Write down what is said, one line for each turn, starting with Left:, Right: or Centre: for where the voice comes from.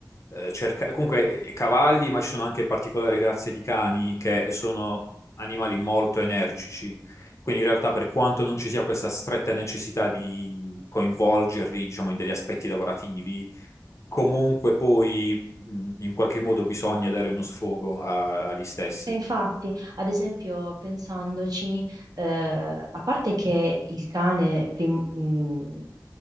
Left: eh, cercare, comunque eh, cavalli, ma ci sono anche particolari razze di cani che sono animali molto energici. Quindi in realtà per quanto non ci sia questa stretta necessità di coinvolgerli, diciamo, in degli aspetti lavorativi, comunque poi mh, in qualche modo bisogna dare uno sfogo a- agli stessi.
Right: E infatti, ad esempio, pensandoci... Eh, a parte che il cane, prim- mh,